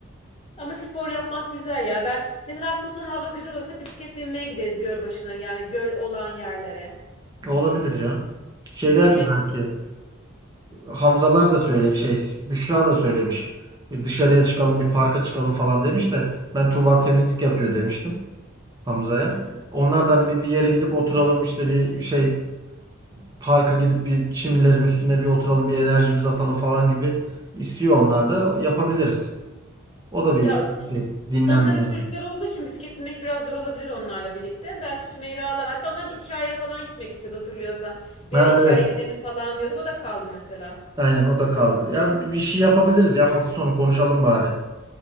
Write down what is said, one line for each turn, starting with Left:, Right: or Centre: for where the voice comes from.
Left: Ama spor yapmak güzel ya. Ben mesela hafta sonu hava güzel olursa bisiklet binmeye gideriz göl başına. Yani göl olan yerlere.
Right: Olabilir canım. Şeyler
Left: Millet
Right: de belki e, Hamzalar da söyle şey Büşra da söylemiş. E, dışarıya çıkalım bir parka çıkalım falan demiş de ben Tuğba temizlik yapıyor demiştim Hamza'ya.
Left: Hı hı.
Right: Onlar da hani bir, bir yere gidip oturalım işte bir şey parka gidip bir çimlerin üstüne bir oturalım, bir enerjimizi atalım falan gibi istiyor onlar da yapabiliriz. O da bir
Left: ya
Right: şey, dinlenme
Left: Onların
Right: yani.
Left: çocukları olduğu için bisiklet binmek biraz zor olabilir onlarla birlikte. Belki Sümeyra'lar hatta onlar da Ikea'ya falan gitmek istiyordu hatırlıyorsan.
Right: Ha,
Left: Bir ara Ikea'ya
Right: evet.
Left: gidelim falan diyorduk o da kaldı mesela.
Right: Aynen o da kaldı. Ya bir şey yapabiliriz ya hafta sonu konuşalım bari.